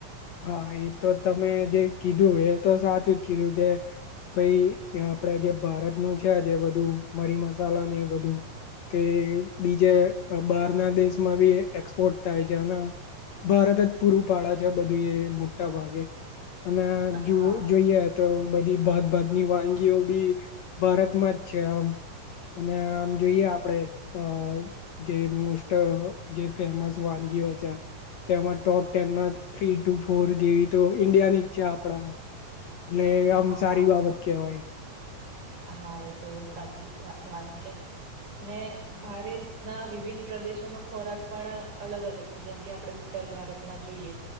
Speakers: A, on the left; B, on the right.
A: હા એ તો તમે જે કીધું એ તો સાચું જ કીધું કે ભાઈ આપડે જે ભારત ન છે જે બધું મરી મસાલાને એ બધું. કે બીજે બહારના દેશમાં બી એક્સપોર્ટ થાય છે. ભારત જ પૂરું પડે છે બધું એ મોટા ભાગે, અને
B: હા
A: જો જોઈએ. તો બધી ભાતભાતની વાનગીઓ બી, ભારતમાં જ છે આમ. અને આમ જોઈએ આપડે અ જે મોસ્ટ જે ફેમસ વાનગીઓ છે તેમાં જ ટોપ ટેનમાં થ્રી ટુ ફોર જેવી તો ઈન્ડિયા નીચ છે આપડા. એટલે આમ
B: હા
A: સારી બાબત કેવાય.
B: હા એ તો સાચી છે વાત છે. અને ભારતના વિવિધ પ્રદેશોનો ખોરાક પણ અલગ અલગ છે જેમ કે આપડે ઉત્તર ભારતમાં જોઈએ.